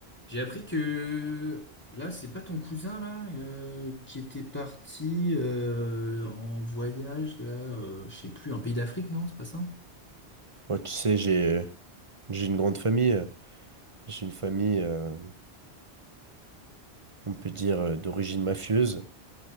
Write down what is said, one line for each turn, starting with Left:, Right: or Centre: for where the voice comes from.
Left: J'ai appris que là, c'est pas ton cousin là euh, qui était parti euh, en voyage là, euh, je sais plus, un pays d'Afrique, non? C'est pas ça?
Right: Ouais, tu sais, j'ai j'ai une grande famille. euh, J'ai une famille, euh, on peut dire, euh, d'origine mafieuse.